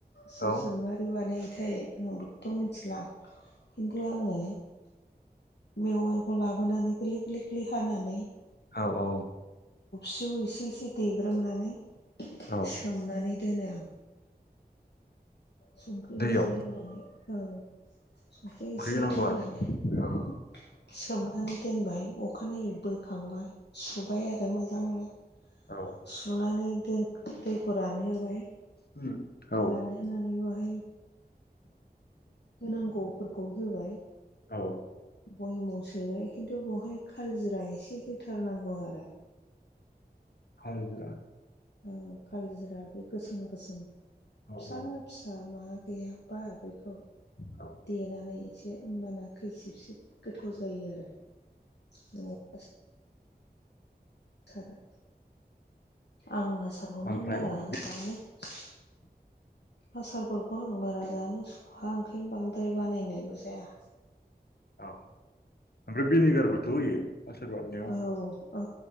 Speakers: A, on the left; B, on the left.
A: सोर
B: औ
A: सोर मारि बानाय थोय आं बेखौथ' मिथिला खिन्थु आङो मेवाइखौ लाबोनानै गोरलै गोरलै गोरलै हानानै
B: औ औ
A: सियाव एसे एसे देग्रोमनानै
B: औ
A: सोमनानै दोनो आं संख्रि
B: दैयाव
A: एसे होनानै औ संख्रि एसे
B: होनांगौ
A: होननानै
B: आरो
A: उम सोमनानै दोनबाय अखानायै बोखांबाय सुबाय आरो मोजांनो।
B: औ औ
A: सुनानै दोन दैखौ रानहोबाय
B: उम औ
A: रानहोनानै बाहाय होनांगौफोरखौ होबाय।
B: औ
A: बयमाव सोबाय खिन्थु बेवहाय कालजिरा एसे होथारनांगौ आरो
B: आलजिरा।
A: औ कालजिरा बे गोसोम गोसोम
B: औ
A: फिसा
B: औ
A: फिसा मा गैयाबा बेखौ
B: औ
A: देनानै एसे होमबाना खैसिब सिब गोथाव जायो आरो <unintelligible> सारो। आं आसारखौनो
B: ओमफ्राय
A: बारा
B: बे-
A: जानो सुख आसारफोरखौ आं बारा जानो सुखुवा ओंखायनो बांद्राय बानायनायबो जाया।
B: औ ओमफ्राय भिनिगारबोथ' होयो आसार बानायनायाव?
A: औ औ